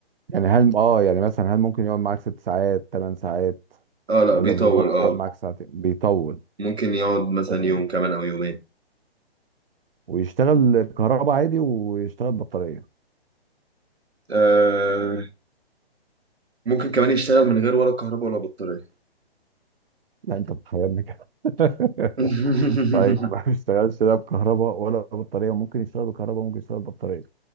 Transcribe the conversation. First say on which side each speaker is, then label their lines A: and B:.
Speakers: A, on the right; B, on the right.
A: يعني هل اه يعني مثلا هل ممكن يقعد معاك ست ساعات ثمان ساعات
B: اه لا
A: ولا
B: بيطول
A: بمجرد
B: اه
A: يقعد معاك ساعتين بيطول
B: ممكن يقعد مثلا
A: تمام
B: يوم كمان او يومين
A: ويشتغل كهرباء عادي ويشتغل بطارية
B: آه ممكن كمان يشتغل من غير ولا كهرباء ولا بطارية
A: لا انت بتخيلني كده <laughs>
B: <laughs>
A: طيب ما بيشتغلش لا بكهرباء ولا بطارية ممكن يشتغل بكهرباء ممكن يشتغل بطارية